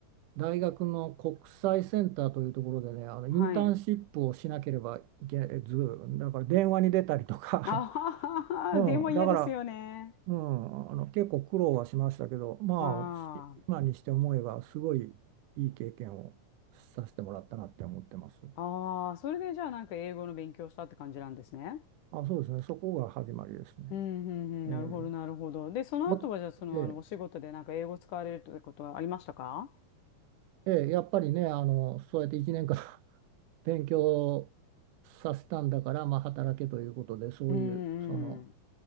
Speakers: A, on the right (about 75°); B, on the left (about 65°).
A: 大学の国際センターというところでねあのインターンシップをしなければいけずだから電話に出たりとか、
B: はい。あはは、
A: <laughs> うん、
B: でも嫌ですよね。
A: だから、うん、あの結構苦労はしましたけどまあ今にして思えばすごいいい経験をさせてもらったなって思ってます。
B: はあ。ああ、それでじゃあなんか英語の勉強したって感じなんですね。
A: あ、そうですね。そこが始まりですね。
B: うん、うん、うん、
A: ええ
B: なるほど、なるほど。で、その後は、
A: もつええ
B: じゃあ、その、あの、お仕事でなんか英語使われるということはありましたか
A: ええやっぱりね、あの、そうやって1年間 <laughs> 勉強させたんだから、まあ、働けということで、そういう、
B: うん、
A: その、
B: うん。